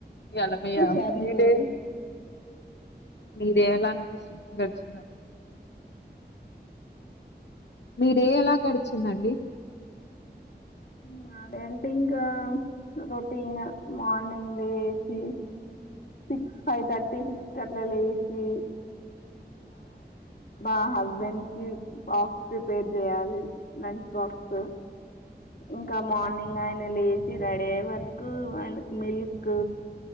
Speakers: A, on the left; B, on the left.
A: ఇయాల
B: ఏం చేశారు
A: మీ
B: ఈరోజు
A: డేస్ మీదే డే ఎలా <unintelligible> గడిచిన మీడే ఎలా గడిచిందండి
B: నా డే అంటే ఇంకా రొటీన్ గా మార్నింగ్ లేసి సిక్స్ ఫైవ్ థర్టీ సిక్స్ క అట్లా లేచి మా హస్బెండ్ కి బాక్స్ ప్రిపేర్ చేయాలి లంచ్ బాక్స్ ఇంకా మార్నింగ్ ఆయన లేచి రెడీ అయ్యే వరకు ఆయనకి మిల్క్